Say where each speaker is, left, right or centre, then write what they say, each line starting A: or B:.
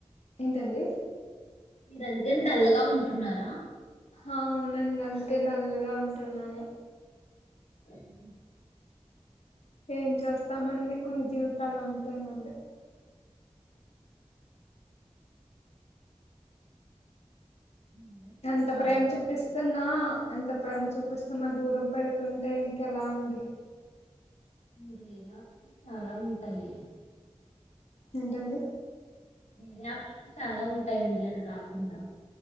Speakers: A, on the left; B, on the left.
A: ఏంటండి
B: మీరుందుకని డల్లగా ఉంటున్నారా
A: అవునండి అందుకే డల్లుగా ఉంటున్నాను
B: <inaudible>
A: ఏం చేస్తాం అండి కొన్ని జీవితాలు అంతేనండి
B: లేదండి
A: ఎంత
B: అలా
A: ప్రేమ
B: అనుకోకండి
A: చూపిస్తున్నా ఎంత ప్రేమ చూపిస్తున్న దూరం పెడుతుంటే ఇంకెలా అండి
B: నిర్వేద చాలా ఉంటాయి
A: ఏంటండి
B: వేరే ఆప్షన్లు చాలా ఉంటాయండి అది కాకుండా